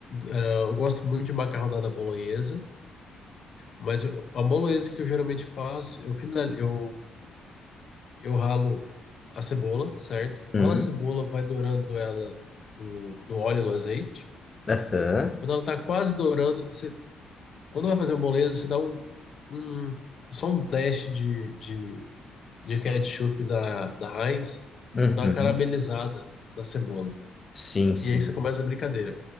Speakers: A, on the left; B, on the left.
A: é, eu gosto muito de macarronada bolonhesa, mas eu- a bolonhesa que eu geralmente faço, eu, final, eu, eu ralo a cebola, certo?
B: Uhum,
A: Rala a cebola, vai dourando ela no, no óleo, no azeite.
B: aham,
A: Quando ela tá quase dourando, você, quando vai fazer a bolonhesa, você dá um, um, só um dash de, de de ketchup da, da Heinz
B: uhum.
A: para dar uma caramelizada na cebola.
B: Sim, sim.
A: E aí você começa a brincadeira.